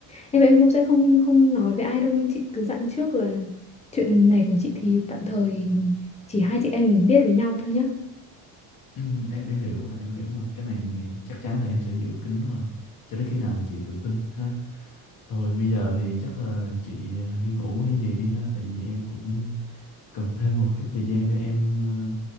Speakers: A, on the left; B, on the left.
A: em em cũng sẽ không không nói với ai đâu nhưng chị cứ dặn trước là chuyện này của chị thì tạm thời chỉ hai chị em mình biết với nhau thôi nhá
B: Ừ, em em hiểu mà em hiểu mà cái này thì chắc chắn là em sẽ giữ kín rồi cho đến khi nào mà chị tự tin ha thôi bây giờ thì chắc là chị ờ, đi ngủ hay gì đi ha tại vì em cũng cần thêm một chút thời gian để em ờ,